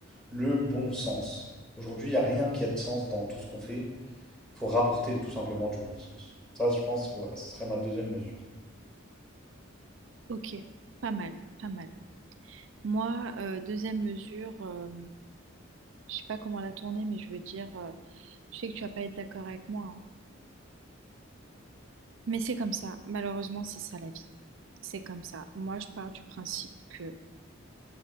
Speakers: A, in the centre; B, on the right.
A: le bon sens. Aujourd'hui, il n'y a rien qui a de sens dans tout ce qu'on fait. Il faut rapporter tout simplement du bon sens. Ça, je pense que voilà, ce serait ma deuxième mesure.
B: Ok. Pas mal, pas mal. Moi, euh, deuxième mesure, euh, je sais pas comment la tourner, mais je veux dire, euh, je sais que tu vas pas être d'accord avec moi, hein. Mais c'est comme ça. Malheureusement, c'est ça la vie. C'est comme ça. Moi, je pars du principe que